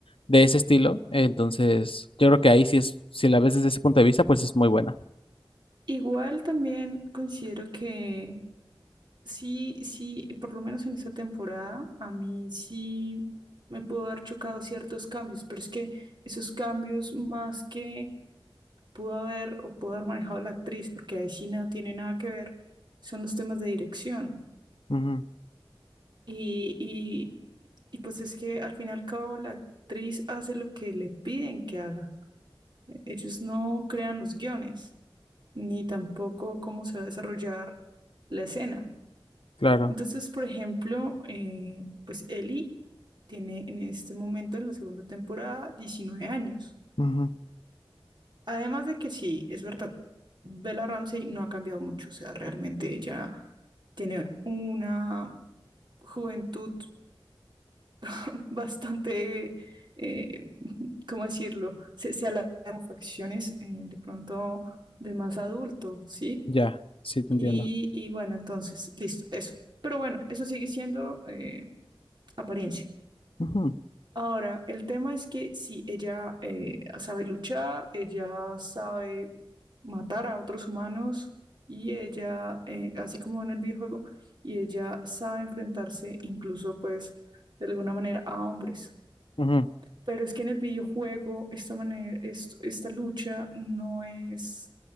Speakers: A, on the left; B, on the right.
A: de ese estilo. Entonces, yo creo que ahí sí es, si la ves desde ese punto de vista, pues es muy buena.
B: Igual también considero que Sí, sí, por lo menos en esta temporada a mí sí me pudo haber chocado ciertos cambios, pero es que esos cambios más que pudo haber o pudo haber manejado la actriz, porque ahí sí nada tiene nada que ver, son los temas de dirección.
A: Ujú,
B: Y, y, y pues es que al fin y al cabo la actriz hace lo que le piden que haga. E- Ellos no crean los guiones, ni tampoco cómo se va a desarrollar la escena.
A: claro.
B: Entonces, por ejemplo, eh, pues Ellie tiene en este momento, en la segunda temporada, 19 años.
A: Ujú.
B: Además de que sí, es verdad, Bella Ramsey no ha cambiado mucho, o sea, realmente ella tiene una juventud <laughs> bastante, eh, ¿cómo decirlo? Se, se alarga con facciones eh, de pronto de más adulto, ¿sí?
A: Ya, sí te
B: Y,
A: entiendo.
B: y bueno, entonces, listo, eso. Pero bueno, eso sigue siendo eh, apariencia.
A: Ujú,
B: Ahora, el tema es que si ella eh, sabe luchar, ella sabe matar a otros humanos y ella, eh, así como en el videojuego, y ella sabe enfrentarse incluso pues de alguna manera a hombres.
A: ujú,
B: Pero es que en el videojuego esta manera, es- esta lucha no es